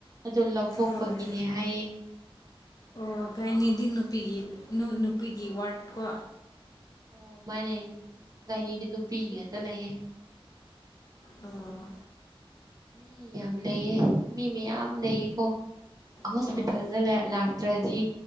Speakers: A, on the right; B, on the left.
A: ꯑꯗꯨ ꯂꯧꯊꯣꯛꯄꯒꯤꯅꯦ
B: ꯍꯣꯏ
A: ꯍꯥꯏꯌꯦ꯫
B: ꯑꯣ ꯒꯩ ꯅꯤꯗꯤ ꯅꯨꯄꯤꯒꯤ ꯅꯨ-ꯅꯨꯄꯤꯒꯤ ꯋꯥꯔꯠ ꯀꯣ
A: ꯑꯣ ꯃꯥꯅꯦ ꯒꯥꯏꯅꯤꯗꯤ ꯅꯨꯄꯤꯒꯤ ꯉꯥꯛꯇ ꯂꯩꯌꯦ꯫
B: ꯑꯣ
A: ꯃꯤ ꯌꯥꯝ ꯂꯩꯌꯦ ꯃꯤ ꯃꯌꯥꯝ ꯂꯩꯌꯦꯀꯣ꯫ ꯍꯣꯁꯄꯤꯇꯥꯜꯗ
B: ꯑꯣ
A: ꯂꯦꯑꯦ ꯂꯥꯛꯇ꯭ꯔꯗꯤ